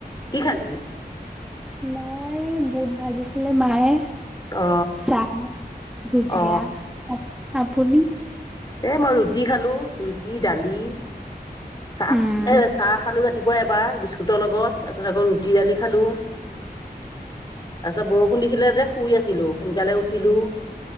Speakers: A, on the left; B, in the centre.
A: কি খালি?
B: মই বুট ভাজিছিলে মায়ে।
A: অ
B: চাহ ভুজিয়া
A: অ
B: আপুনি?
A: এ মই ৰুটি খালোঁ ৰুটি দালি চাহ
B: উম।
A: এ চাহ খালোঁ ৰাতি ৰাতিপুৱা এবাৰ বিস্কুটৰ লগত তাৰপিছত আকৌ ৰুটি দালি খালোঁ। তাৰপিছত বৰষুণ দিছিলে যে শুই আছিলোঁ সোনকালে উঠিলো।